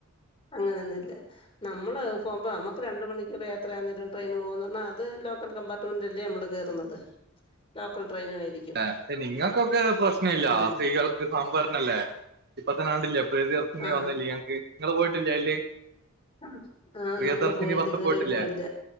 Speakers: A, on the left (about 25°); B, on the right (about 50°).
A: അങ്ങനെയൊന്നും ഇല്ല നമ്മള് പോകുമ്പോ നമുക്ക് രണ്ട് മണിക്കൂർ യാത്രയാകുന്ന നേരം ട്രെയിന് പോകന്ന് പറഞ്ഞാൽ അത് ലോ ലോക്കൽ കമ്പാർട്ട്മെന്റ് അല്ലേ നമ്മള് കേറുന്നത് ലോക്കൽ ട്രെയിനു ആയിരിക്കും
B: ന്നെ നിങ്ങൾക്കൊക്കെ പ്രശ്ന ഇല്ല
A: ഉം
B: സ്ത്രീകൾ ക്ക് സംഭരണല്ലേ ഇപ്പത്തന്നെ കണ്ടില്ലേ പ്രിയ ദർശിനി
A: ആ
B: വന്നില്ലേ ഞങ്ങക്ക് നിങ്ങള് പോയിട്ടില്ലേ അയില്.
A: അ ആഹ്
B: പ്രിയദർശിനി
A: നമ്മള് പോയില്ല
B: ബസ്
A: ഇതുവരെയും
B: പോയിട്ടില്ലേ
A: പോയില്ല.